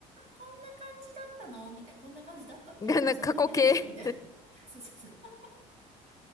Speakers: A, on the right; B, on the left.
A: こんな感じだったのみたいな、こんな感じだったっていうか、
B: <laughs> がな、
A: まあその日だけね、
B: 過去形。
A: みたいな。<laughs> そうそうそう。<laughs>